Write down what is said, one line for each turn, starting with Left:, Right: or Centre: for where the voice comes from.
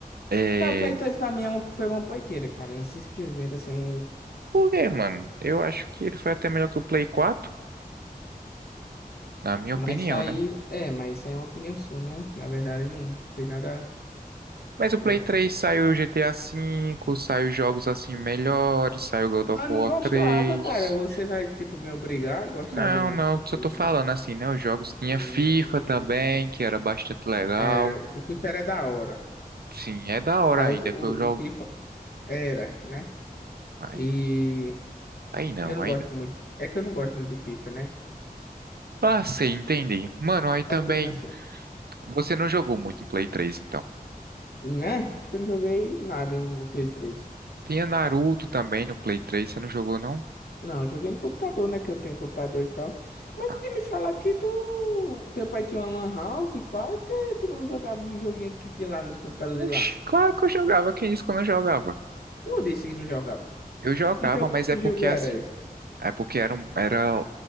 Right: É...
Left: é, o Play 3 pra mim é um- foi uma poiqueira, cara. Simplesmente assim, não.
Right: Por quê, mano? Eu acho que ele foi até melhor que o Play 4, na minha opinião,
Left: Mas isso aí,
Right: né?
Left: é, mas isso aí é uma opinião sua, né? Na verdade, não tem nada
Right: Mas o
Left: meu.
Right: Play 3 saiu o GTA V, saiu jogos assim melhores, saiu God
Left: Mas
Right: of War
Left: não gostava,
Right: 3.
Left: cara. Você vai, tipo, me obrigar a gostar
Right: Não,
Left: de um
Right: não,
Left: console
Right: só tô
Left: que
Right: falando
Left: eu não
Right: assim, né? Os jogos tinha
Left: tenho.
Right: FIFA também, que era bastante legal.
Left: Era, o FIFA era da hora,
Right: Sim, é da hora
Left: mas
Right: ainda,
Left: o, o,
Right: que eu jogo
Left: o FIFA era, né?
Right: Aí,
Left: E
Right: aí não,
Left: eu não
Right: aí
Left: gosto
Right: não.
Left: muito. É que eu não gosto muito de FIFA, né?
Right: Ah, sei, entendi. Mano, aí também.
Left: Tá entendendo assim?
Right: Você não jogou muito em Play 3, então.
Left: Né? Acho que eu não joguei nada no Play 3.
Right: Tinha Naruto também no Play 3, você não jogou, não?
Left: Não, eu joguei no computador, né? Que eu tenho um computador e tal. Mas
Right: Ah,
Left: tu tinha me falado que tu. Teu pai tinha uma Lan House, pai, por que tu não jogava o joguinho que tinha lá nos computadores
Right: oxi,
Left: de lá?
Right: claro que eu jogava. Quem disse que eu não jogava?
Left: Tu disse que não jogava.
Right: Eu jogava,
Left: Que jogo,
Right: mas
Left: que
Right: é porque
Left: jogo
Right: assim,
Left: era esses?
Right: é porque eram, era,